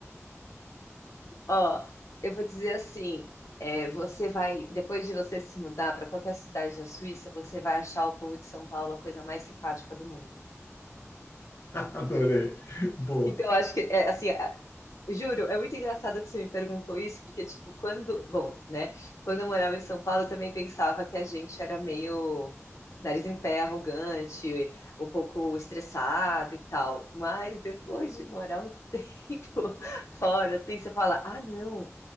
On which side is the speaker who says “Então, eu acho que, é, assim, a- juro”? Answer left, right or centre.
Left